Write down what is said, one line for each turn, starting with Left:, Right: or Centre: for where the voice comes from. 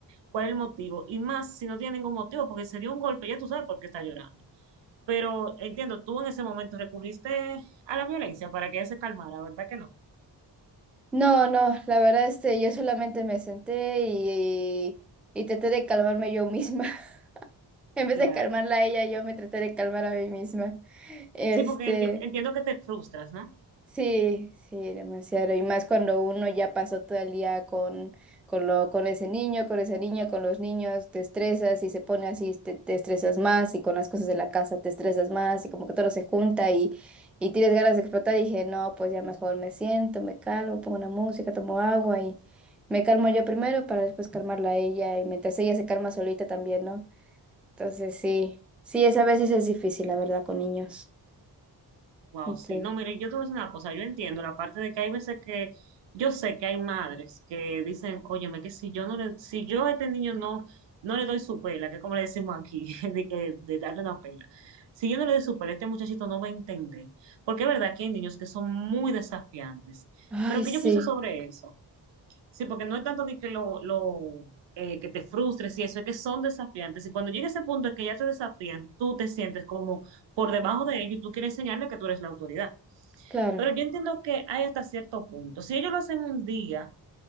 Right: cuál es el motivo. Y más si no tiene ningún motivo, porque se dio un golpe, ya tú sabes por qué está llorando. Pero entiendo, tú en ese momento recurriste a la violencia para que ella se calmara, ¿verdad que no?
Centre: No, no, la verdad, este, yo solamente me senté y, y, y traté de calmarme yo misma. <laughs> En vez
Right: Claro.
Centre: de calmarla a ella, yo me traté de calmar a mí misma. Este,
Right: Sí, porque enti- entiendo que te frustras, ¿no?
Centre: Sí, sí, demasiado. Y más cuando uno ya pasó todo el día con, con, lo, con ese niño, con esa niña, con los niños, te estresas y se pone así, te, te estresas más y con las cosas de la casa te estresas más y como que todo se junta y, y tienes ganas de explotar. Y dije, no, pues ya mejor me siento, me calmo, pongo una música, tomo agua y me calmo yo primero para después calmarla a ella y mientras ella se calma solita también, ¿no? Entonces sí, sí, es a veces es difícil, la verdad, con niños.
Right: Wow,
Centre: Este,
Right: sí. No, mire, yo te voy a decir una cosa, yo entiendo la parte de que hay veces que yo sé que hay madres que dicen, óyeme, que si yo no le, si yo a este niño no, no le doy su pela, que es como le decimos aquí, <laughs> de que, de darle una pela. Si yo no le doy su pela, este muchachito no va a entender. Porque es verdad que hay niños que son muy desafiantes.
Centre: Ay,
Right: Pero ¿qué
Centre: sí,
Right: yo pienso sobre eso? Sí, porque no es tanto de que lo, lo, eh, que te frustres y eso, es que son desafiantes. Y cuando llega ese punto en que ya te desafían, tú te sientes como por debajo de ellos y tú quieres enseñarles que tú eres la autoridad.
Centre: claro.
Right: Pero yo entiendo que hay hasta cierto punto. Si ellos lo hacen un día,